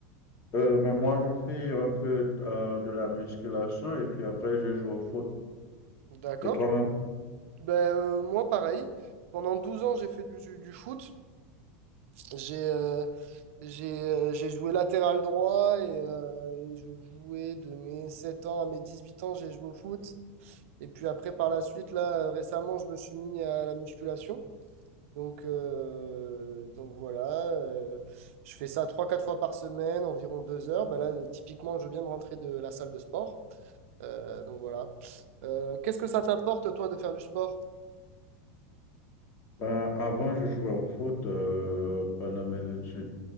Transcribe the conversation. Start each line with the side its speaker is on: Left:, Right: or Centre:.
Left: Euh, mais moi, je fais un peu euh, de la musculation et puis après, je joue au foot.
Right: D'accord.
Left: Et toi-même?
Right: Ben, euh, moi, pareil. Pendant 12 ans, j'ai fait du, du foot. J'ai euh, j'ai euh, j'ai joué latéral droit et, euh, et je jouais de mes 7 ans à mes 18 ans, j'ai joué au foot. Et puis après, par la suite, là, euh, récemment, je me suis mis à la musculation. Donc, euh, donc voilà, euh, je fais ça trois quatre fois par semaine, environ 2 heures. Bah là, euh, typiquement, je viens de rentrer de la salle de sport. Euh, donc voilà. Euh, qu'est-ce que ça t'apporte, toi, de faire du sport?
Left: Ben, avant, je jouais au foot euh, pendant mes études